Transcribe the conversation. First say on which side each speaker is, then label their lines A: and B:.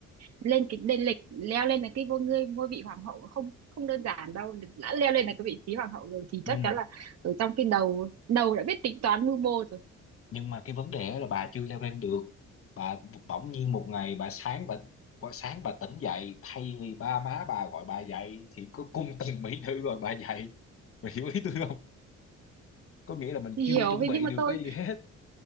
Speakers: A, on the right; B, on the left.
A: lên cái lên lịch leo lên được cái ngôi ngôi ngôi vị hoàng hậu không không đơn giản đâu đã leo lên được cái vị trí hoàng hậu rồi thì
B: nhưng
A: chắc chắn
B: mà
A: là ở trong cái đầu đầu đã biết tính toán mưu mô rồi
B: nhưng mà cái vấn đề là bà chưa leo lên được bà bỗng nhiên một ngày bà sáng bà, bà sáng bà tỉnh dậy thay vì ba má bà gọi bà dậy thì có cung tần mỹ nữ gọi bà dậy bà hiểu ý tôi không có nghĩa là mình
A: thì
B: chưa
A: hiểu
B: chuẩn
A: thế
B: bị
A: nhưng mà
B: được
A: tôi
B: cái gì hết